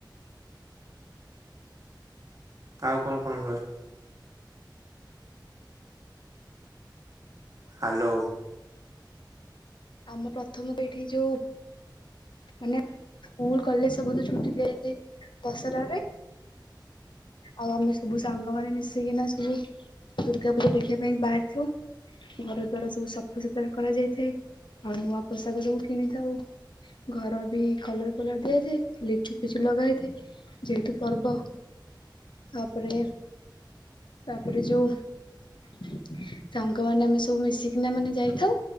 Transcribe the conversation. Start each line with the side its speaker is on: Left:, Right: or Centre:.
Right: ଆଉ କଣ କଣ ହୁଏ। ହ୍ୟାଲୋ।
Left: ଆମ ପ୍ରଥମ ପିଢ଼ି ଯୋଉ ମାନେ ସ୍କୁଲ କଲେଜ ସବୁ ତ ଛୁଟି ଦିଆଯାଏ ଦଶହରାରେ। ଆଉ ଆମେ ସବୁ ସାଙ୍ଗ ମାନେ ମିଶିକିନା ସବୁ ଦୁର୍ଗା ପୂଜା ଦେଖିବା ପାଇଁ ବାହାରିଥାଉ। ଘର ଦ୍ଵାରା ସବୁ ସଫାସୁତୁରା କରାଯାଇଥାଏ ଆଉ ନୂଆ ପୋଷାକ ସବୁ କିଣିଥାଉ। ଘର ବି କଲର ଫଲର ଦିଆହେଇଥାଏ ଲିଚୁ ଫିଚୁ ଲଗା ହୋଇଥାଏ। ଯେହେତୁ ପର୍ବ ତାପରେ ତାପରେ ଯୋଉ ସାଙ୍ଗ ସାଙ୍ଗ ମାନେ ଆମେ ସବୁ ମିଶିକିନା ମାନେ ଯାଇଥାଉ